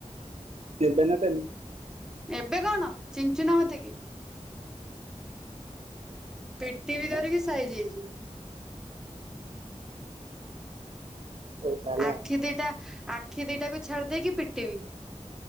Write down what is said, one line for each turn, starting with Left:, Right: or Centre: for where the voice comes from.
Right: କେବେ ନା ପେମି।
Centre: ଏବେ କଣ ଚିଞ୍ଚୁନା ମତେ କିଏ? ପିଟିବି ଧରିକି ସାଇଯି ହେଇଯିବୁ।
Right: ହଉ ତାହେଲେ
Centre: ଆଖି
Right: ଆଉ।
Centre: ଦିଟା ଆଖି ଦିଟାକୁ ଛାଡି ଦେଇକି ପିଟିବି।